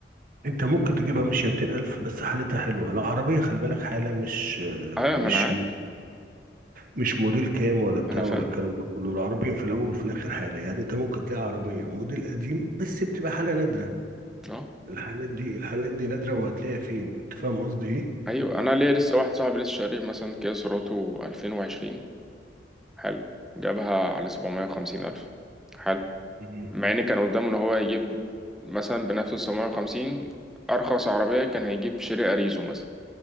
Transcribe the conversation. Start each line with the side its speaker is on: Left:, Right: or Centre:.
Right: انت ممكن تجيبها ماشية 200,000 بس حالتها حلوة العربية خلي بالك حالة مش
Centre: ايوه
Right: مش
Centre: ما انا عارف
Right: مش موديل كام ولا بتاع
Centre: انا فاهم
Right: ولا الكلام ده كله العربية في الاول وفي الاخر حالة يعني انت ممكن تلاقي عربية موديل قديم بس بتبقى حالة نادرة
Centre: اه
Right: الحالات دي الحالات دي نادرة وهتلاقيها فين انت فاهم قصدي ايه
Centre: ايوه انا ليا لسه واحد صاحبي لسه شاري مثلا كيا سيراتو 2020 حلو جابها على 750 الف حلو
Right: مم.
Centre: مع ان كان قدامه ان هو يجيب مثلا بنفس ال 750 ارخص عربيه كان هيجيب شيري اريزو مثلا